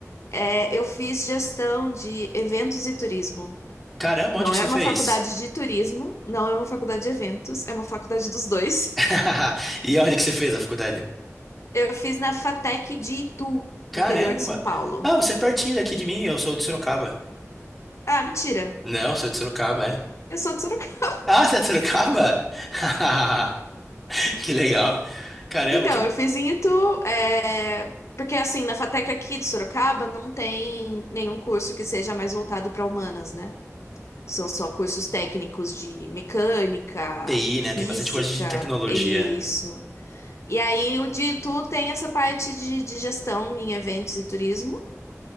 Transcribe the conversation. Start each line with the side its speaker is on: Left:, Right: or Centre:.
Left: É, eu fiz gestão de eventos e turismo.
Centre: Caramba,
Left: Não
Centre: onde que
Left: é
Centre: você
Left: uma
Centre: fez?
Left: faculdade de turismo, não é uma faculdade de eventos, é uma faculdade dos dois.
Centre: <laughs>
Left: <laughs>
Centre: E onde que você fez a faculdade?
Left: Eu fiz na FATEC de Itu,
Centre: Caramba!
Left: no interior de São Paulo.
Centre: Ah, você é pertinho daqui de mim, eu sou de Sorocaba.
Left: Ah, mentira,
Centre: Não, sou de Sorocaba, é.
Left: eu sou de Sorocaba. <laughs>
Centre: Ah, você é de Sorocaba? <laughs> Que legal. Caramba,
Left: Então,
Centre: que
Left: eu fiz em Itu, é, porque assim, na FATEC aqui de Sorocaba não tem nenhum curso que seja mais voltado para humanas, né? São só cursos técnicos de mecânica,
Centre: TI,
Left: física,
Centre: né? Tem bastante coisa de tecnologia.
Left: é isso. E aí o de tu tem essa parte de, de gestão em eventos e turismo.